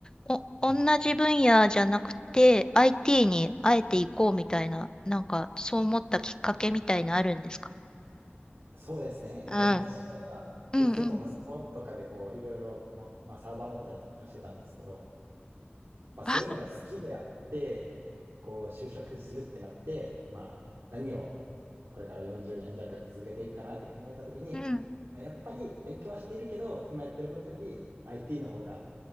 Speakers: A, on the left; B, on the right.
A: お、同じ分野じゃなくて、
B: はい。
A: IT にあえていこうみたいな、なんか、そう思ったきっかけみたいなあるんですか
B: そうですね。やっぱ昔から僕結構パソコンとかでこういろいろ、
A: うん。うんうん。
B: まあ、サーバー立てたりとかしてたんですけど、まあ、そういうのが好きであって、
A: あ、
B: こう就職するってなって、まあ、何をこれから40年弱続けていくかなって考えたときに、
A: うん。
B: まあ、やっぱり勉強はしているけど、今やってることより IT の方が